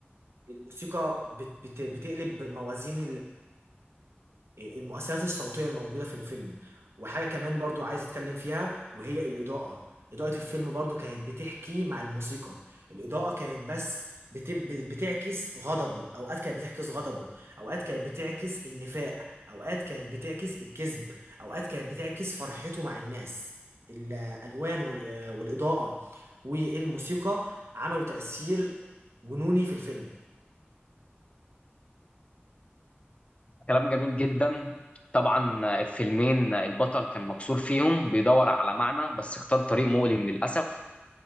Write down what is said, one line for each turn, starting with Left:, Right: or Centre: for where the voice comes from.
Right: الموسيقى بت بت بتقلب موازين المؤثرات الصوتية الموجودة في الفيلم وحاجة كمان برضو عايز أتكلم فيها وهي الإضاءة إضاءة الفيلم برضو كانت بتحكي مع الموسيقى الإضاءة كانت بس بت- بتعكس غضبه أوقات كانت بتعكس غضبه أوقات كانت بتعكس النفاق أوقات كانت بتعكس الكذب أوقات كانت بتعكس فرحته مع الناس الألوان وال- آه، والإضاءة والموسيقى عملوا تأثير جنوني في الفيلم
Left: كلام جميل جدا طبعا آه، الفيلمين آه، البطل كان مكسور فيهم بيدور على معنى بس اختار طريق مؤلم للأسف